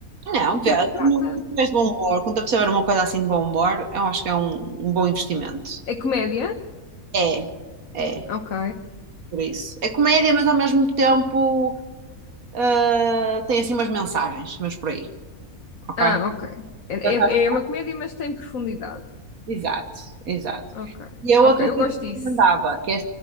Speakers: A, on the right (about 75°); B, on the left (about 70°).
A: Não,
B: o que
A: vê,
B: é que trata.
A: se não tiveres de bom humor, quando a pessoa tiver uma coisa assim de bom humor, eu acho que é um, um bom investimento.
B: É comédia?
A: É, é,
B: Ok.
A: por isso. É comédia, mas ao mesmo tempo ah, tem assim umas mensagens, mas por aí, ok?
B: Ah, ok. É,
A: Portanto, acho-
B: é é uma comédia, mas tem profundidade.
A: Exato, exato.
B: Ok,
A: E a outra
B: ok,
A: coisa
B: eu
A: que
B: gosto
A: eu
B: disso.
A: recomendava, que é